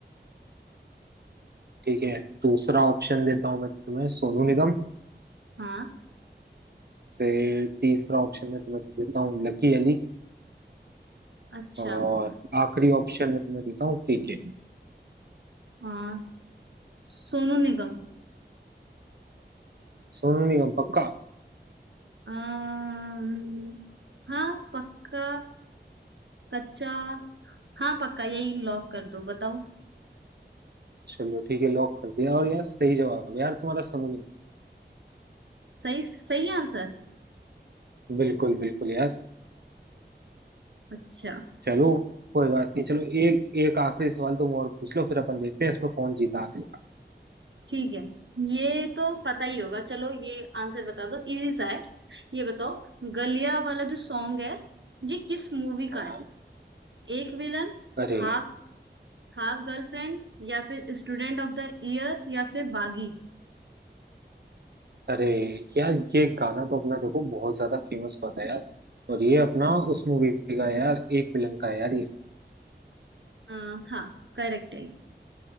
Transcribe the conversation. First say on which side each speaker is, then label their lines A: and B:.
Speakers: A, on the right; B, on the right.
A: ठीक है दूसरा ऑप्शन देता हूँ मैं तुम्हें सोनू निगम
B: हाँ
A: फिर तीसरा ऑप्शन मैं तुम्हें देता हूँ लकी अली
B: अच्छा
A: और आखिरी ऑप्शन में तुम्हें देता हूँ के के।
B: हाँ सोनू निगम
A: सोनू निगम पक्का
B: अम्म, हाँ पक्का कच्चा हाँ पक्का यही लॉक कर दो बताओ
A: चलो ठीक है लॉक कर दिया और यार सही जवाब है यार तुम्हारा सोनू निगम
B: सही सही आंसर
A: बिल्कुल बिल्कुल यार
B: अच्छा
A: चलो कोई बात नहीं चलो एक एक आखिरी सवाल तुम और पूछ लो फिर अपन देखते हैं इसमें कौन जीता आखिर
B: ठीक है ये तो पता ही होगा चलो ये आंसर बता दो इजी सा है ये बताओ गलिया वाला जो सॉन्ग है ये किस मूवी
A: हाँ
B: का है Ek villain
A: अरे
B: half half girlfriend या फिर स्टूडेंट ऑफ द ईयर या फिर बागी
A: अरे यार ये गाना तो अपना देखो बहुत ज्यादा फेमस हुआ था यार और ये अपना उस मूवी का है यार एक विलन का है यार ये
B: अ, हाँ करेक्ट है